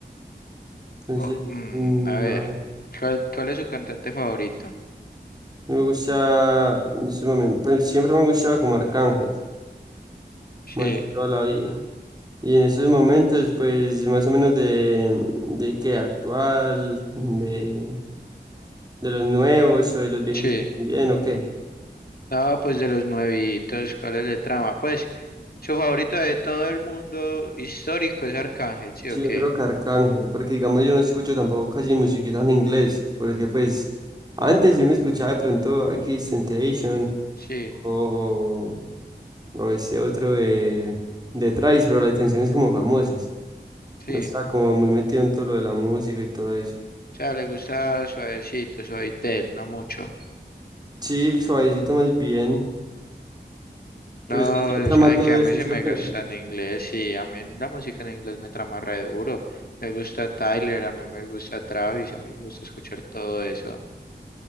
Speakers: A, on the right; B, on the left.
A: Entonces,
B: O- mm,
A: mm,
B: a ver,
A: nada.
B: ¿cuál, cuál es su cantante favorito?
A: Me gusta, en ese momento, pues siempre me ha gustado como Arcángel,
B: Sí,
A: más toda la vida. Y en esos momentos, pues más o menos de, de qué actual, de, de los nuevos o de los viejitos
B: sí.
A: también, ¿o qué?
B: No, pues de los nuevitos, ¿cuál es el trama? Pues su favorito de todo el mundo histórico es Arcángel, ¿sí
A: Sí,
B: o qué?
A: yo creo que Arcángel, porque digamos yo no escucho tampoco casi musiquita en inglés, porque pues antes sí me escuchaba de pronto X Temptation
B: Sí,
A: o, o ese otro de, de Thrice, pero las canciones como famosas,
B: sí.
A: no estaba como muy metido en todo lo de la música y todo eso.
B: O sea, le gusta suavecito, suavitel, no mucho.
A: Sí, suavecito más bien, pero
B: No,
A: usted sí le trama
B: yo sabe
A: todo
B: que a
A: eso,
B: mí sí
A: ¿sí
B: me
A: o qué?
B: gusta en inglés y a mí la música en inglés me trama re duro. Me gusta Tyler, a mí me gusta Travis, a mí me gusta escuchar todo eso.